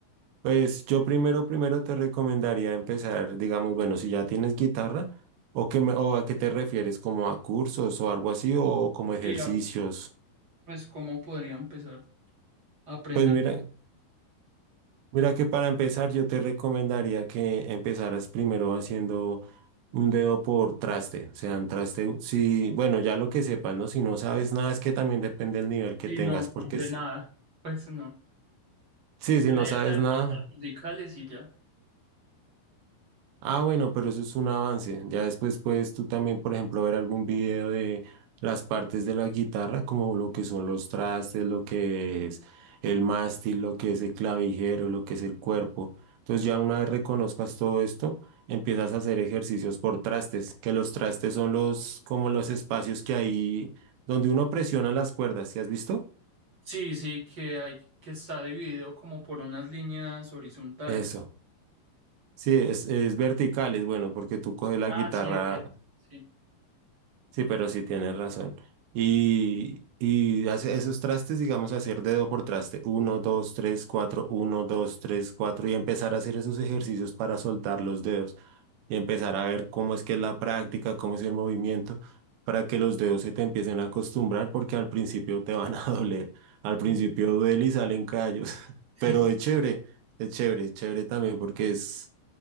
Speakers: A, on the right; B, on the right.
A: Pues yo primero, primero te recomendaría empezar, digamos, bueno, si ya tienes guitarra, o, que me- o a qué te refieres, como a cursos o algo así, o como ejercicios.
B: Y a- pues cómo podría empezar a aprender.
A: Pues mira. Mira que para empezar yo te recomendaría que empezaras primero haciendo un dedo por traste, o sea, un traste, si, bueno, ya lo que sepas, ¿no? Si no sabes nada, es que también depende del nivel que
B: Sí,
A: tengas,
B: no,
A: porque
B: no sé
A: s-
B: nada, pues no.
A: sí,
B: Sé
A: si
B: leer
A: no sabes
B: las
A: nada,
B: notas musicales y ya.
A: Ah, bueno, pero eso es un avance. Ya después puedes tú también, por ejemplo, ver algún video de las partes de la guitarra, como lo que son los trastes, lo que es el mástil, lo que es el clavijero, lo que es el cuerpo. Entonces ya una vez reconozcas todo esto, empiezas a hacer ejercicios por trastes, que los trastes son los, como los espacios que hay donde uno presiona las cuerdas. ¿Sí has visto?
B: Sí, sí, que hay, que está dividido como por unas líneas horizontales.
A: Eso. Sí, es, es vertical, es bueno, porque tú coges la
B: Ah,
A: guitarra.
B: sí, es cierto. Sí.
A: Sí, pero sí tienes razón. Y, y hace esos trastes, digamos, hacer dedo por traste, uno, dos, tres, cuatro, uno, dos, tres, cuatro, y empezar a hacer esos ejercicios para soltar los dedos y empezar a ver cómo es que es la práctica, cómo es el movimiento, para que los dedos se te empiecen a acostumbrar, porque al principio te van a <laughs> doler, al principio
B: <laughs>
A: duele y salen callos, <laughs>
B: Sí,
A: pero es chévere, es chévere, es chévere también porque es,